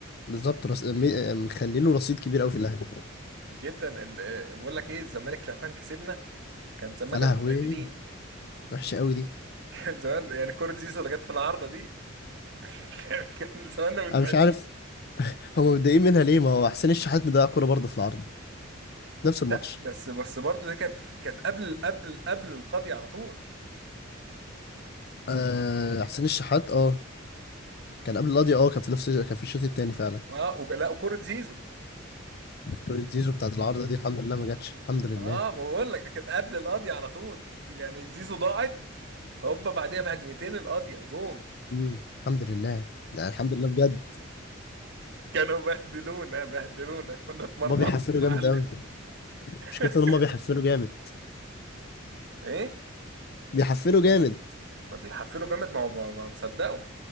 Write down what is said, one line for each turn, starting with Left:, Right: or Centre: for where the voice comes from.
Left: بالظبط رص... مي- مخلي له رصيد كبير قوي في الاهلي
Right: جدا ال- آه، بقول لك ايه الزمالك لو كان كسبنا كان زماننا
Left: يا لهوي
Right: متبهدلين
Left: وحشه قوي دي
Right: <laughs> كان زمان يعني كوره زيزو اللي جت في العارضه دي <laughs> كان كان زماننا متبهدلين
Left: انا مش عارف هم متضايقين منها ليه ما هو حسين الشحات مضيع كوره برضه في العارضه نفس الماتش
Right: لا بس بس برضه دي كانت كانت قبل قبل قبل القاضي على طول
Left: آه حسين الشحات اه كان قبل القضيه اه كان في نفس كان في الشوط الثاني فعلا
Right: اه وج- لا وكوره زيزو
Left: كوره زيزو بتاعت العارضه دي الحمد لله ما جاتش الحمد لله
Right: اه ما بقول لك دي كانت قبل القاضية على طول يعني زيزو ضاعت هوبا بعديها بهجمتين القاضية جون
Left: مم. الحمد لله لا الحمد لله بجد
Right: كانوا بهدلونا بهدلونا كنا اتمرمطنا
Left: هما بيحفلوا
Right: يا
Left: جامد
Right: معلم
Left: قوي مشكلته
Right: <laughs>
Left: ان هما بيحفلوا جامد
Right: ايه
Left: بيحفلوا جامد
Right: ما بيحفلوا جامد ما هو ما ما مصدقوا